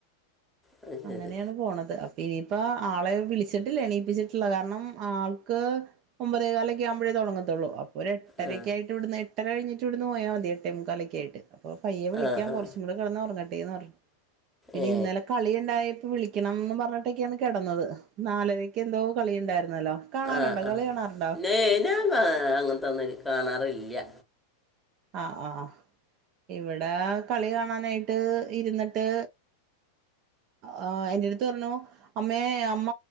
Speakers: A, in the centre; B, on the right.
A: അത് ശരി
B: അങ്ങനെയാണ് പോണത് ഇനിയിപ്പ ആളെ വിളിച്ചിട്ടില്ല എണീപ്പിച്ചിട്ടില്ല കാരണം ആൾക്ക് ഒമ്പതേകാലൊക്കെ ആകുമ്പഴേ തൊടങ്ങത്തോള്ളൂ അപ് ഒരു എട്ടരക്കായിട്ട്
A: ആ
B: ഇവിടുന്ന് എട്ടരകഴിട്ട് വിടുന്ന് പോയാൽ മതി എട്ടേമുക്കാലൊക്ക ആയിട്ട് അപ്പൊ പയ്യെ വിളിക്കാം
A: ആ ആ
B: കുറച്ചും കൂടെ കിടന്നുറങ്ങട്ടെന്ന് പറഞ്ഞു പിന്നെ
A: ഏ
B: ഇന്നലെ കളി ഉണ്ടായപോ വിളിക്കണന്ന് പറഞ്ഞിട്ടൊക്കെയാണ് കിടന്നത് നാലരക്ക് എന്തോ കളി ഉണ്ടായിരുന്നല്ലോ കാണാറുണ്ടോ
A: ആ ആ
B: കളി കാണാറുണ്ടോ
A: നേ ഞാൻ ങാ അങ്ങനെത്തോന്നും കാണാറില്യ
B: ആഹ് ആഹ് ആഹ് ഇവിടെ കളി കാണാനായിട്ട് ഇരുന്നിട്ട് ആഹ് എന്റെടുത്ത് പറഞ്ഞു അമ്മേ അമ്മ